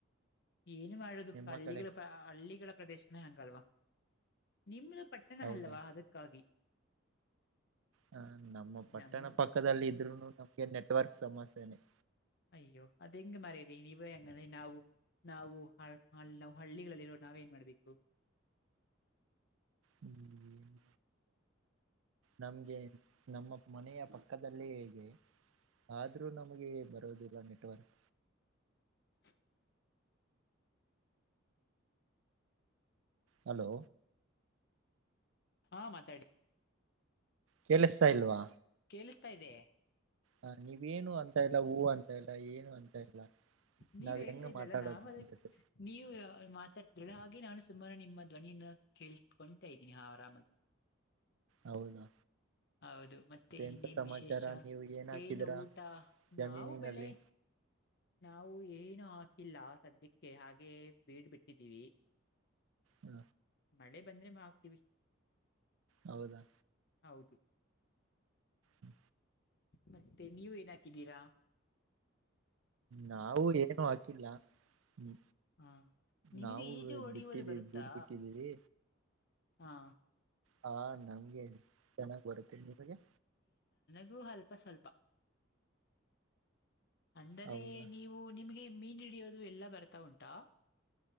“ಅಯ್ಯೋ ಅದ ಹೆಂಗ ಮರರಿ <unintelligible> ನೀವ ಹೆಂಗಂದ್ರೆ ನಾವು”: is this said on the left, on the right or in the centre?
Left